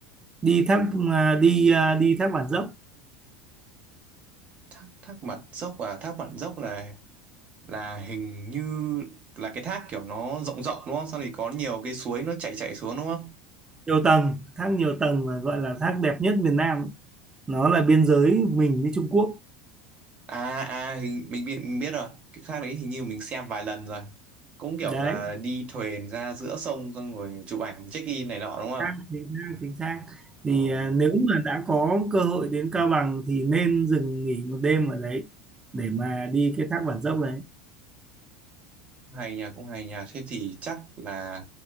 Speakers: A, on the right; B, on the right.
A: đi thác à, đi à, đi thác Bản Dốc
B: Thác, thác Mận Dốc à? Thác Mận Dốc là là hình như là cái thác kiểu nó rộng rộng đúng không? Sau thì có nhiều cái suối nó chảy chảy xuống đúng không?
A: nhiều tầng thác nhiều tầng mà gọi là thác đẹp nhất Việt Nam nó là biên giới mình với Trung Quốc
B: À à hình mình biết mình biết rồi. Cái thác đấy hình như mình xem vài lần rồi. Cũng kiểu
A: đấy
B: là đi thuyền ra giữa sông xong rồi chụp ảnh check in này nọ đúng
A: chính
B: không?
A: xác chính xác chính xác.
B: Ờ,
A: thì à, nếu mà đã có cơ hội đến Cao Bằng thì nên dừng nghỉ một đêm ở đấy để mà đi cái thác Bản Dốc đấy
B: cũng hay nha, cũng hay nha. Thế thì chắc là